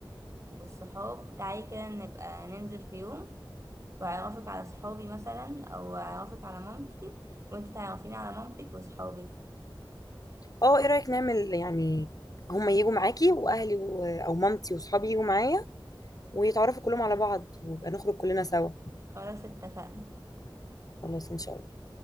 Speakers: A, on the right; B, on the left.
A: والصحاب تعالي كده نبقى ننزل في يوم واعرفك على صحابي مثلا او اعرفك على مامتي وانت تعرفيني على مامتك وصحابك
B: اه ايه رايك نعمل يعني هما يجوا معاكي واهلي و... او مامتي واصحابي يجوا معايا ويتعرفوا كلهم على بعض ويبقى نخرج كلنا سوا
A: خلاص اتفقنا
B: خلاص ان شاء الله